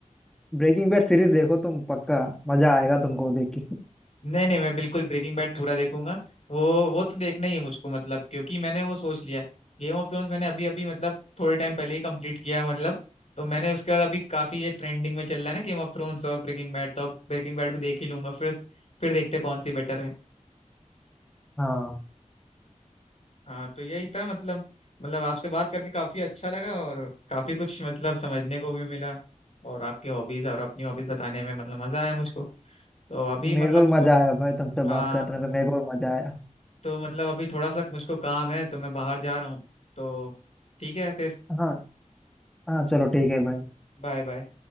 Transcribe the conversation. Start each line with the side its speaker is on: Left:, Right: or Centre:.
Centre: ब्रेकिंग बैड सीरीज देखो तुम पक्का मजा आएगा तुमको देख के
Left: नहीं नहीं मैं बिल्कुल ब्रेकिंग बैड पूरा देखूंगा वो वो तो देखना ही है मुझको मतलब क्योंकि मैंने वो सोच लिया गेम ऑफ थ्रोन्स मैंने अभी अभी मतलब थोड़े टाइम पहले ही कंप्लीट किया मतलब तो मैंने उसके बाद अभी काफी ये ट्रेंडिंग में चल रहा है ना गेम ऑफ थ्रोन्स और ब्रेकिंग बैड तो अब ब्रेकिंग बैड भी देख ही लूंगा फिर फिर देखते हैं कौन सी बेटर है
Centre: हम्म।
Left: हाँ तो यही था मतलब मतलब आपसे बात करके काफी अच्छा लगा और काफी कुछ मतलब समझने को भी मिला और आपकी हॉबीज और अपनी हॉबीज बताने में मतलब मजा आया मुझको तो अभी
Centre: मेरे
Left: मतलब
Centre: को भी मजा
Left: थो-
Centre: आया भाई तुमसे
Left: हाँ
Centre: बात करने पे मेरे को भी मजा आया
Left: तो मतलब अभी थोड़ा सा मुझको काम है तो मैं बाहर जा रहा हूँ तो ठीक है फिर
Centre: हाँ हाँ चलो ठीक है भाई
Left: Bye bye